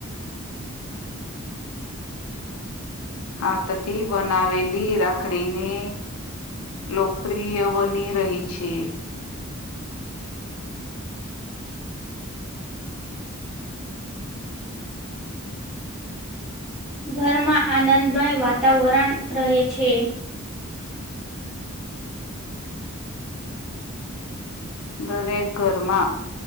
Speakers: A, on the left (about 75°); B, in the centre.
A: હાથ થી બનાવેલી રાખડીને લોકપ્રિય બની રહી છે.
B: ઘરમાં આનંદમય વાતાવરણ રહે છે.
A: દરેક ઘરમાં